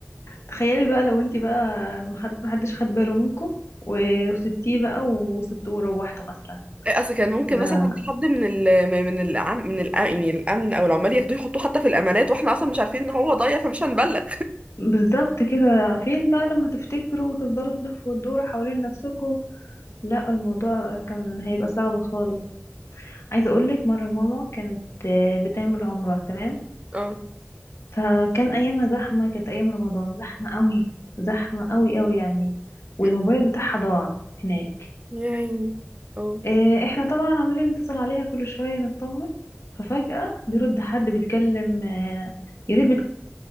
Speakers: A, on the left (about 80°); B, on the right (about 25°).
A: تخيلي بقى لو انت بقى محد- محدش خد باله منكم و- وسبتيه بقى وسبتوه وروحته مثلا
B: <laughs> اصل كان ممكن
A: ده
B: مثلا حد من ال من العم من الأ- يعني الامن او العمال ياخدوه يحطوه حتى في الامانات واحنا اصلا مش عارفين ان هو ضايع فمش هنبلغ
A: بالظبط كده فين بقى لما تفتكروا وتفضلوا تلفوا وتدوروا حوالين نفسكم لا الموضوع كان هيبقى صعب خالص عايزة اقولك مرة ماما كانت آه، بتعمل عمرة تمام
B: اه
A: فكان ايامها زحمه كانت ايام رمضان زحمه قوي زحمه قوي قوي يعني والموبايل
B: م-
A: بتاعها ضاع هناك
B: يا عيني اه
A: إيه، احنا طبعا عمالين نتصل عليها كل شويه نطمن ففجاه بيرد حد بيتكلم آه، يا ريت بيتكلم